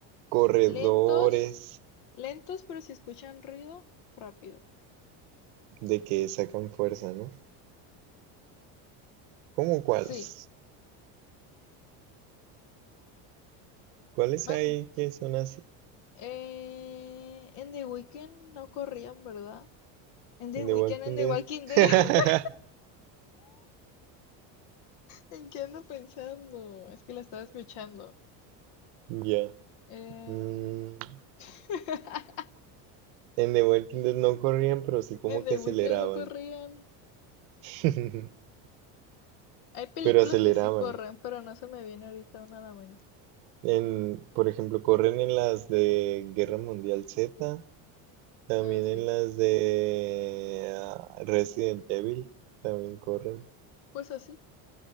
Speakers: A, on the right; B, on the left.
A: corredores,
B: lentos, lentos, pero si escuchan ruido, rápido.
A: de que sacan fuerza, ¿no? ¿Cómo cuáles?
B: Sí,
A: ¿Cuáles
B: man,
A: hay que son así?
B: eh, en The Weeknd no corrían, ¿verdad? En The
A: En
B: Weeknd,
A: The Walking
B: en The
A: Dead.
B: Walking Dead, <laughs>
A: <laughs>
B: ¿en qué ando pensando? Es que la estaba escuchando.
A: Ya.
B: Eh,
A: Mm,
B: <laughs>
A: En The Walking Dead no corrían, pero sí como
B: en The
A: que aceleraban.
B: Weeknd no corrían.
A: <laughs>
B: Hay películas
A: Pero aceleraban.
B: que sí corren, pero no se me viene ahorita una a la mente.
A: En, por ejemplo, corren en las de Guerra Mundial Z, también
B: Ah, sí,
A: en las de ah, Resident Evil, también corren.
B: pues así,